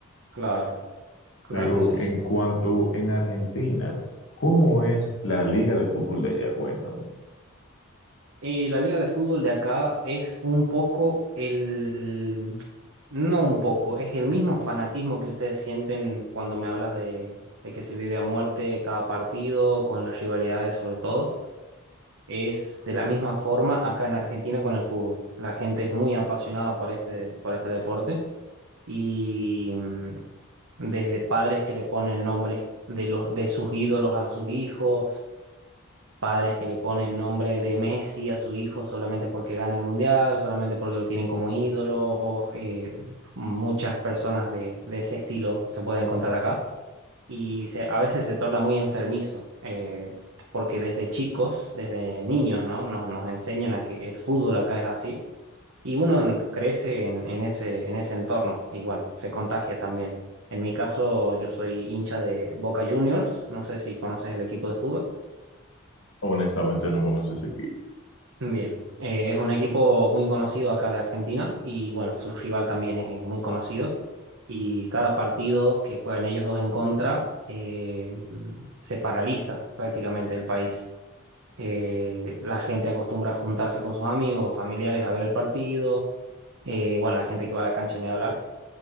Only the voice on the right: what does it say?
Claro, claro,
sí,
sí.
Y la liga de fútbol de acá es un poco el... No un poco, es el mismo fanatismo que ustedes sienten cuando me hablas de, de que se vive a muerte cada partido, con las rivalidades sobre todo. Es de la misma forma acá en Argentina con el fútbol. La gente es muy apasionada por este, por este deporte y mm, desde padres que le ponen nombres de, los, de sus ídolos a sus hijos, padres que le ponen nombre de Messi a su hijo solamente porque gana el mundial, solamente porque lo tienen como ídolo. eh, muchas personas de, de ese estilo se pueden encontrar acá y se, a veces se torna muy enfermizo, eh, porque desde chicos, desde niños, ¿no? Nos, nos enseñan a que el fútbol acá es así, y uno crece en, en ese, en ese entorno, y bueno, se contagia también. En mi caso, yo soy hincha de Boca Juniors, no sé si conoces el equipo de fútbol.
Bien, Eh, es un equipo muy conocido acá de Argentina y bueno, su rival también es eh, muy conocido y cada partido que juegan ellos dos en contra eh, se paraliza prácticamente el país. Eh, la gente acostumbra a juntarse con sus amigos o familiares a ver el partido, Eh, bueno, la gente que va a la cancha ni hablar